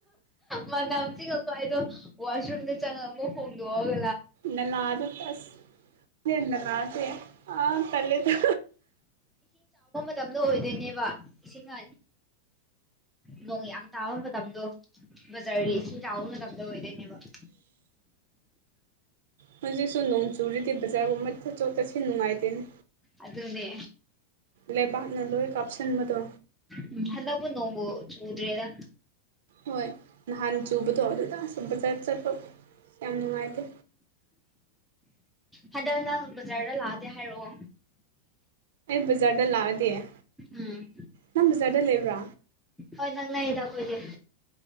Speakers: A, in the centre; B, on the right.
A: ꯝꯅꯥꯝ ꯀ ꯑꯩꯗꯣ ꯋꯥꯁꯔꯨꯝꯗ ꯆꯪꯉꯥꯒ ꯑꯃꯨꯛ ꯍꯣꯡꯗꯣꯛꯑꯥꯒ
B: ꯅꯂꯥꯗ ꯇꯁ ꯅꯥꯂꯥꯁꯦ ꯑꯥ ꯇꯥꯜꯂꯦꯗ
A: ꯇꯞꯅ ꯑꯣꯏꯗꯣꯏꯅꯦꯕ ꯏꯁꯤꯡ ꯅ ꯅꯣꯡ ꯌꯥꯝ ꯇꯥꯕ ꯃꯇꯝꯗꯣ ꯕꯖꯥꯔꯒꯤ ꯏꯁꯤꯡ ꯆꯥꯎꯕ ꯃꯇꯝꯗ ꯑꯣꯏꯗꯣꯏꯅꯦꯕ <inaudible>
B: ꯍꯧꯖꯤꯛꯁꯨ ꯅꯣꯡ ꯆꯨꯔꯤꯗꯤ ꯕꯖꯥꯔꯒꯨꯝꯕ ꯆꯠꯊꯣꯛ ꯆꯠꯁꯤꯟ ꯅꯨꯡꯉꯥꯏꯇꯦꯅꯦ
A: ꯑꯗꯨꯅꯦ
B: ꯂꯩꯕꯥꯛꯅ ꯂꯣꯏ ꯀꯥꯞꯁꯤꯟꯕꯗꯣ
A: ꯎꯝ ꯍꯟꯗꯛꯄꯨ ꯅꯣꯡꯕꯨ ꯆꯨꯗ꯭ꯔꯦꯗ
B: ꯍꯣꯏ ꯅꯍꯥꯟ ꯆꯨꯕꯗꯣ ꯑꯗꯨꯗ ꯑꯥꯁ ꯕꯖꯥꯔ ꯆꯠꯄ ꯌꯥꯝ ꯅꯨꯡꯉꯥꯏꯇꯦ
A: ꯍꯟꯗꯛ ꯅꯪ ꯕꯖꯥꯔꯗ ꯂꯥꯛꯑꯗꯤ ꯍꯥꯏꯔꯛꯑꯣ
B: ꯕꯖꯥꯗ ꯂꯥꯛꯑꯗꯤ
A: ꯎꯝ
B: ꯅꯪ ꯕꯖꯥꯔꯗ ꯂꯩꯕ꯭ꯔꯥ
A: ꯍꯣꯏ ꯅꯪꯅꯛꯏꯗ ꯑꯩꯈꯣꯏꯗꯤ